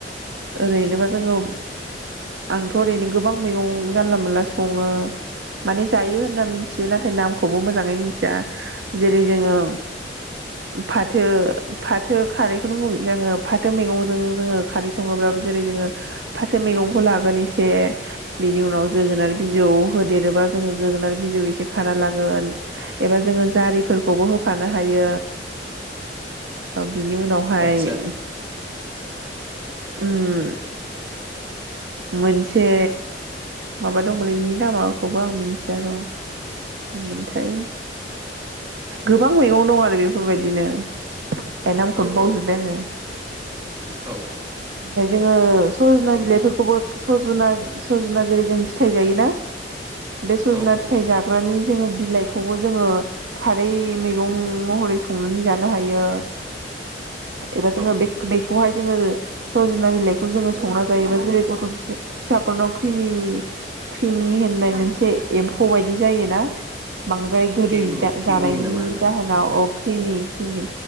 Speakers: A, on the right; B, on the right.
A: ओरैनोबा जोङो आंथ' ओरैनो गोबां मैगं जानला मोनला सङो माने जायो होनना मिथियो नाथाय नामखौबो मोजाङै मोनथिया जेरै जोङो फाथो फाथो खारैखौनो बुङो जोङो फाथो मैगंजों जोङो खारै सङोब्ला जेरै जोङो फाथो मैगंखौ लागोन एसे बिनि उनाव जोगोनार बिजौ होदेरो बा जोङो जोगोनार बिजौ एसे खाना लागोन एबा जोङो जारि फोरखौबो होफानो हायो। <inaudible> बिनि उनावहाय
B: आदसा
A: <inaudible> ओम मोनसे माबा दङलै बेनि नामाखौबो आं मिथिया र'। मोन्थाय गोबां मैगं दं आरो बेफोरबायदिनो। बे नामखौनो
B: औ
A: बावजोबबाय
B: औ
A: आङो। <inaudible>
B: औ
A: फाय जोङो सजना बिलाइफोरखौबो सजुना सजुना जेरै जों फिथाइ जायोना। बे सजना
B: औ औ
A: फिथाइ जाग्रानि जोङो बिलाइखौबो जोङो खारै मैगं महरै संनानै जानो हायो। एबा जोङो
B: औ
A: बे बेखौहाय जोङो सजना बिलाइखौ जोङो संना जायोबा जेरै गथ' फिसा फिसाफोरनाव क्रिमि क्रिमि होननाय मोनसे एम्फौ बायदि जायोना बांद्राय गोदै
B: किरमि
A: दा
B: किरमि
A: जानायनि
B: ना मा होनो
A: जाहोनाव अ क्रिमि क्रिमि